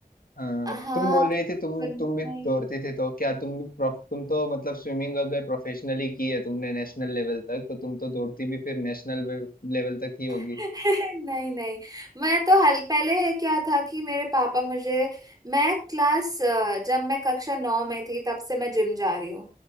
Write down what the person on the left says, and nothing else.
हाँ,
तुम बोल रही
थी तुम तुम भी
दौड़ती थी तो क्या तुम भी प्रो- तुम तो मतलब स्विमिंग अगर प्रोफेशनली की है तुमने नेशनल लेवल तक तो तुम तो दौड़ती भी फिर नेशनल लेवल तक ही होगी